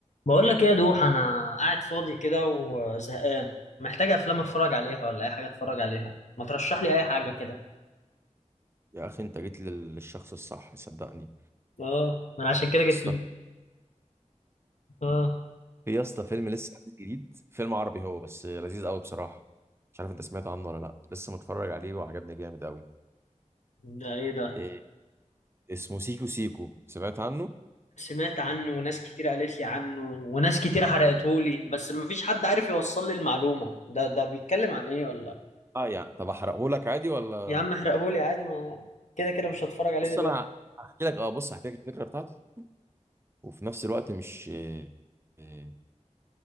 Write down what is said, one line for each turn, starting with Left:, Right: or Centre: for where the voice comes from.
Left: بقول لك ايه يا دوح انا قاعد فاضي كده وزهقان محتاج افلام اتفرج عليها ولا اي حاجه اتفرج عليها ما ترشح لي اي حاجه كده
Right: يا اخي انت جيت لل- للشخص الصح صدقني
Left: اه ما انا عشان كده جيت
Right: يا اسطى
Left: لي اه
Right: في يا اسطى فيلم لسه نازل جديد فيلم عربي هو بس لذيذ قوي بصراحه مش عارف انت سمعت عنه ولا لا لسه متفرج عليه وعجبني جامد قوي
Left: ده ايه ده
Right: إيه اسمه سيكو سيكو سمعت عنه
Left: سمعت عنه وناس كتير قالت لي عنه وناس كتير حرقتهولي بس ما فيش حد عارف يوصل لي المعلومه ده ده بيتكلم عن ايه ولا
Right: اه يعني طب احرقه لك عادي ولا
Left: يا عم احرقهولي عادي ما كده كده مش هتفرج عليه
Right: بص
Left: دلوقتي
Right: انا هحكي لك اه بص هحكي لك الفكره بتاعته وفي نفس الوقت مش إيه إيه،